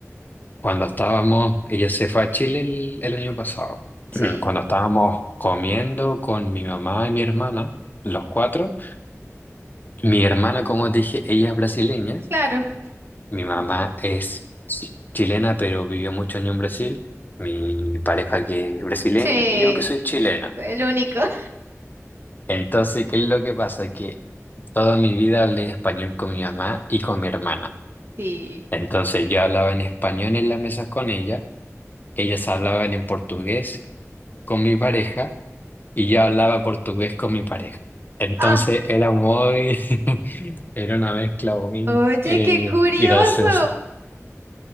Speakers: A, on the left; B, on the right.
A: Cuando estábamos, ella se fue a Chile el, el año pasado.
B: Sí,
A: <clears throat> Cuando estábamos comiendo con mi mamá y mi hermana, los cuatro, mi hermana, como te dije, ella es brasileña,
B: claro.
A: mi mamá
B: Mm,
A: es chi- chilena, pero vivió muchos años en Brasil, mi pareja que es brasileña
B: Sí,
A: y yo que soy chilena.
B: el único. <laughs>
A: Entonces, ¿qué es lo que pasa? Que toda mi vida hablé español con mi mamá y con mi hermana.
B: Sí.
A: Entonces, yo hablaba en español en la mesa con ella, ellas hablaban en portugués. con mi pareja y yo hablaba portugués con mi pareja. Entonces
B: Ah,
A: era muy, <laughs> era una mezcla muy
B: oye,
A: eh,
B: qué curioso.
A: graciosa.